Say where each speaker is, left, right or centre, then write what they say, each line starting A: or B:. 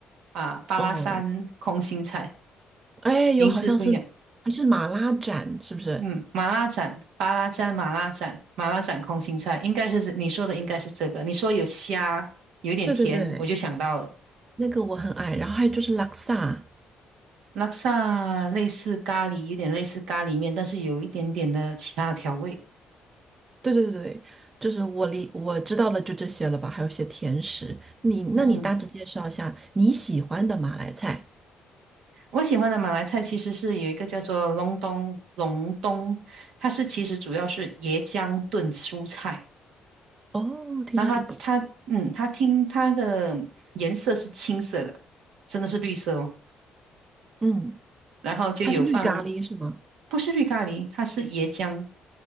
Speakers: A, on the right; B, on the right.
A: 啊，巴拉山空心菜，
B: 哦，哎，有好像是还是马拉盏是不是？
A: 名字不一样。嗯，马拉盏巴拉蘸、马拉盏马拉盏空心菜，应该是这你说的，应该是这个。你说有虾，有一点甜，
B: 对对对，
A: 我就想到了。
B: 那个我很爱，然后还有就是拉萨。
A: 拉萨类似咖喱，有点类似咖喱面，但是有一点点的其他的调味。
B: 对对对，对，就是我理我知道的就这些了吧，还有一些甜食。你，
A: 嗯，
B: 那你大致介绍一下你喜欢的马来菜。
A: 我喜欢的马来菜其实是有一个叫做隆冬隆冬，它是其实主要是椰浆炖蔬菜，
B: 哦，听上去不错。
A: 然后它它嗯，它听它的颜色是青色的，真的是绿色哦，
B: 嗯，
A: 然后就有放，
B: 它是绿咖喱是吗？
A: 不是绿咖喱，它是椰浆，